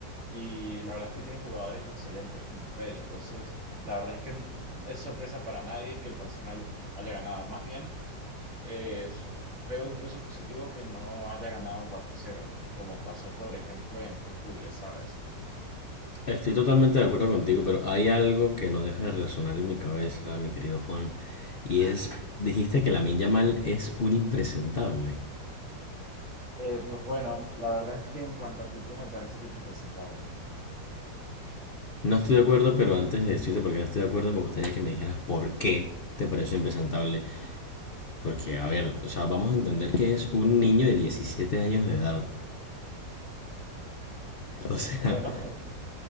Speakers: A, on the right (about 40°); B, on the left (about 55°).
A: y la verdad es que tiene jugadores excelentes como Pedri, entonces la verdad es que n- es sorpresa para nadie que el Barcelona haya, haya ganado, más bien eh, s- veo incluso positivo que no haya ganado 4 cero, como pasó por ejemplo en octubre, ¿sabes?
B: Estoy totalmente de acuerdo contigo, pero hay algo que no deja de resonar en mi cabeza, mi querido Juan, y es, dijiste que la Yamal es un impresentable.
A: Eh, pues bueno, la verdad es que en cuanto a actitud me parece que es impresentable.
B: No estoy de acuerdo, pero antes de decirte por qué no estoy de acuerdo, me gustaría que me dijeras por qué te pareció impresentable. Porque, a ver, o sea, vamos a entender que es un niño de 17 años de edad. O sea,
A: Bueno,